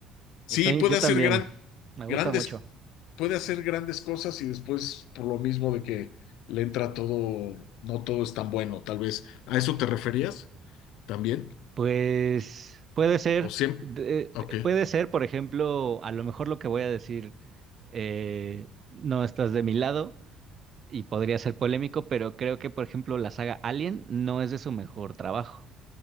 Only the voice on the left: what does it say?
Sí,
puede
hacer gran,
grandes,
puede hacer grandes cosas y después por lo mismo de que le entra todo, no todo es tan bueno, tal vez. ¿A eso te referías también?
¿O siempre?
Ok,